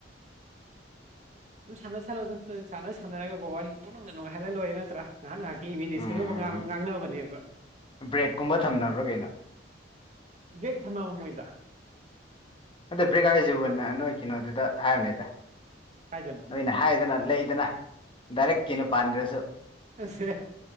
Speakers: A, on the right (about 40°); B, on the left (about 30°).
A: ꯑꯗꯨꯝ ꯁꯥꯟꯅ ꯁꯥꯟꯅꯕ ꯁꯥꯟꯅ ꯁꯥꯟꯅꯔꯒꯀꯣ ꯋꯥꯔꯤ ꯄꯨꯛꯅꯤꯡꯗ ꯉꯥꯏꯜꯂ ꯂꯣꯏꯦ ꯅꯠꯇ꯭ꯔꯥ ꯉꯥꯏꯍꯥꯛ ꯉꯥꯏꯍꯥꯛꯀꯤ ꯃꯤꯅꯤꯠ
B: ꯎꯝ
A: ꯁꯨꯅꯕ ꯉꯥꯡꯅꯕꯅꯦꯕ
B: ꯕ꯭ꯔꯦꯛꯀꯨꯝꯕ ꯊꯝꯅꯕ꯭ꯔꯣ ꯀꯩꯅꯣ
A: ꯕꯦꯛ ꯊꯝꯃꯃ ꯃꯣꯏꯗ
B: ꯑꯗ ꯕ꯭ꯔꯦꯛ ꯍꯥꯏꯔꯤꯁꯤꯕꯨꯅꯦ ꯅꯣꯏ ꯀꯩꯅꯣꯗꯨꯗ ꯊ ꯍꯥꯏꯕꯅꯦꯗ
A: ꯀꯥꯏꯗꯅꯣ
B: ꯅꯣꯏꯅ ꯍꯥꯏꯔꯦꯗꯅ ꯂꯩꯗꯅ ꯗꯥꯢꯔꯦꯛ ꯀꯦꯟꯅ ꯄꯥꯟꯒ꯭ꯔꯖꯨ
A: ꯑꯁ